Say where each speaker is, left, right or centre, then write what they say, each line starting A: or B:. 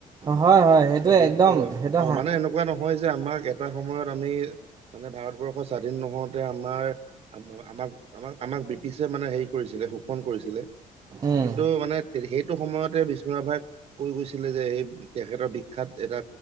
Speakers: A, on the right; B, on the right.
A: হয় হয় সেইটোৱে
B: ত
A: একদম
B: অ
A: সেইটো হা
B: মানে এনেকুৱা নহয় যে আমাক এটা সময়ত আমি মানে ভাৰতবৰ্ষ স্বাধীন নহওঁতে আমাৰ আমাক আমাক আমাক ব্ৰিটিছে মানে হেৰি কৰিছিলে শাসন কৰিছিলে
A: উম,
B: কিন্তু মানে তে- সেইটো সময়তে বিষ্ণু ৰাভাই কৈ গৈছিলে যে এই তেখেতৰ বিখ্যাত এটা